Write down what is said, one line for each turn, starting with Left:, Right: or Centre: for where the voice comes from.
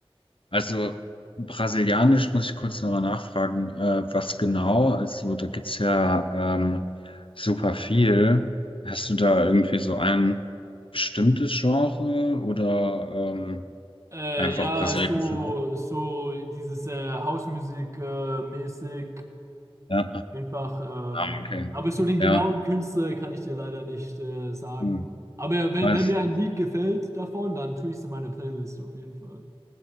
Left: also brasilianisch muss ich kurz nochmal nachfragen, äh, was genau? Also da gibt's ja ähm, super viel. Hast du da irgendwie so ein bestimmtes Genre oder ähm,
Right: Äh,
Left: einfach
Right: ja,
Left: Äh, brasilianische
Right: so,
Left: Haupt?
Right: so dieses äh, House Music äh, mäßig
Left: Ja.
Right: Einfach,
Left: Ah,
Right: ähm,
Left: okay.
Right: aber so den
Left: Ja.
Right: genauen Künstler kann ich dir leider nicht äh, sagen.
Left: Hm.
Right: Aber wenn,
Left: Nice.
Right: wenn mir ein Lied gefällt davon, dann tue ich es in meine Playlist auf jeden Fall.